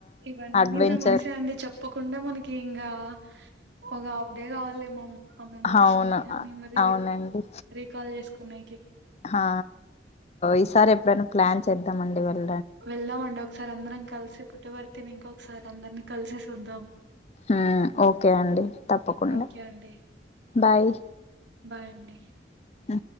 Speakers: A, on the right; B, on the left.
A: ఇవన్నీ
B: అడ్వెంచర్
A: మెమోరీసే అండి చెప్పకుండా మనకి ఇంకా ఒక హఫ్ డే కావాలి ఏమో ఆ మెమోరీస్
B: అవును
A: ని అన్నిీ మరీ
B: అవునండి
A: రీికవర్ చేసుకో నేకి,
B: ఆ ఈసారి ఎప్పుడైనా ప్లాన్ చేద్దాం అండి వాళ్ళ
A: వెళ్దామండి ఒకసారి అందరం కలిసి పుట్టబర్తిని ఇంకొసారి అందరినీ కలిసేసి వద్దాం.
B: ఉ ఓకే అండి తప్పకుండా
A: ఓకే అండి
B: బాయ్,
A: బాయ్ అండీ
B: హు